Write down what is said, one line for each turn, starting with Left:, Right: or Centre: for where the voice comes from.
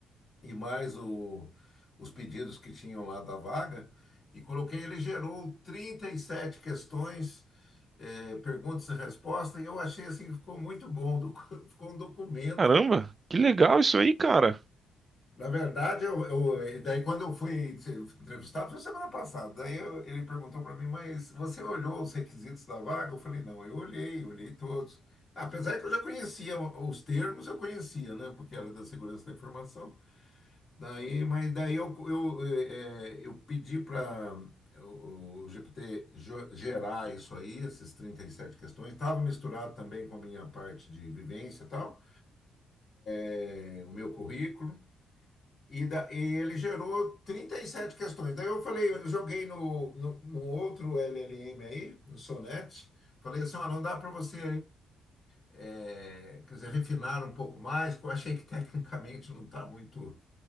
Left: e mais o- os pedidos que tinham lá da vaga, e coloquei, ele gerou 37 questões, eh, perguntas e respostas, e eu achei assim, que ficou muito bom, docu- <laughs> ficou um documento
Right: Caramba, que legal isso aí, cara.
Left: Na verdade, eu, eu- eh, daí quando eu fui ser entrevistado, foi semana passada, daí eu- ele perguntou para mim, mas você olhou os requisitos da vaga? Eu falei, não, eu olhei, olhei todos. Apesar que eu já conhecia os termos, eu conhecia, né? Porque era da segurança da informação. Daí, mas daí eu, eu, eh, eh, eu pedi para o o GPT jo- gerar isso aí, esses 37 questões. Estava misturado também com a minha parte de vivência e tal, eh, o meu currículo. E, da, e ele gerou 37 questões. Daí eu falei, eu joguei no, no, no outro LLM aí, no Sonnet, falei assim, ah não dá para você, eh, quer dizer, refinar um pouco mais, que eu achei que tecnicamente não está muito,